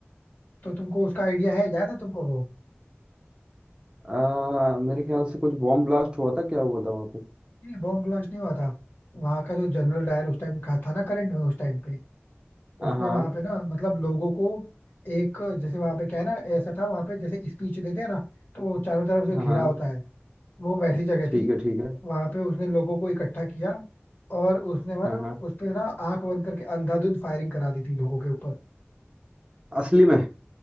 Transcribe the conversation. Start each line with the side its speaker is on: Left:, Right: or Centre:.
Left: तो तुमको उसका आइडिया है याद है तुमको वो
Right: आ, मेरे ख्याल से कुछ बॉम्ब ब्लास्ट हुआ था क्या हुआ था वहाँ पे
Left: नहीं बॉम्ब ब्लास्ट नहीं हुआ था वहां का जो जनरल डायर उस टाइम का था ना करंट में उस टाइम पे
Right: हाँ
Left: उसने
Right: हाँ
Left: वहां पे ना मतलब लोगों को एक जैसे वहां पे क्या है ना ऐसा था वहां पे जैसे स्पीच देते हैं ना तो वो चारों तरफ से
Right: हाँ
Left: घिरा
Right: हाँ।
Left: होता है वो वैसी जगह
Right: ठीक
Left: थी
Right: है ठीक है
Left: वहां पे उसने लोगों को इकट्ठा किया और उसने मतलब
Right: हाँ हाँ
Left: उस पे ना आंख बंद करके अंधाधुंध फायरिंग करा दी थी लोगों के ऊपर
Right: असली में